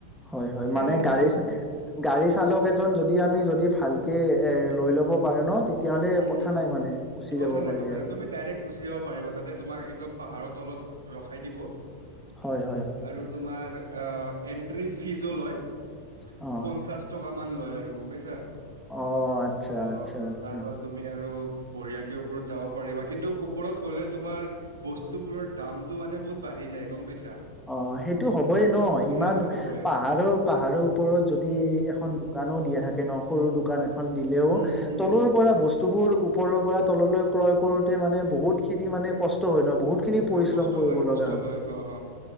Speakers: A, in the centre; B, on the right.
A: হয় হয়
B: তে
A: মানে
B: সি মোৰ
A: গাড়ী,
B: তোমাক
A: গাড়ী চালক এজন যদি আমি যদি ভালকে এ লৈ ল'ব পাৰে ন, তেতিয়া হ'লে
B: হম
A: কথা
B: হম
A: নাই মানে? গুচি
B: কথা
A: যাব
B: নাই
A: পাৰি
B: কথা নাই,
A: আৰু
B: তুমি ডাইৰেক্ট গুচি যাব পাৰিবা তাতে তোমাক একদম পাহাৰৰ তলত ৰখাই দিব
A: হয় হয় হয়
B: আৰু
A: হয়
B: তোমাৰ আহ এন্ট্ৰি ফিজো লয়
A: অ
B: পঞ্চাছ টকা মান লয় আৰু গম পাইছা
A: অ আচ্ছা-আচ্ছা
B: অ তাৰ পৰা তুমি আৰু বঢ়িয়াকে ওপৰত যাব পাৰিবা কিন্তু ওপৰত গলে তোমাৰ বস্তুবোৰৰ দামটো মানে তাতে বহুত বাঢ়ি যায় গম পাইছা।
A: অ সেইটো হ'বই ন ইমান
B: সেইটো হ'বই
A: পাহাৰৰ পাহাৰৰ ওপৰত যদি এখন দোকান দোকানো দিয়া থাকে ন সৰু দোকান
B: উম,
A: এখন দিলেও
B: হম হম হম
A: তলৰ পৰা বস্তু। বস্তুবোৰ ওপৰৰ পৰা তললৈ ক্ৰয় কৰোঁতে মানে বহুতখিনি মানে কষ্ট হয় ন বহুত। বহুতখিনি পৰিশ্ৰম
B: অ কষ্ট
A: কৰিব
B: কষ্ট
A: লগা হয়।
B: হ হ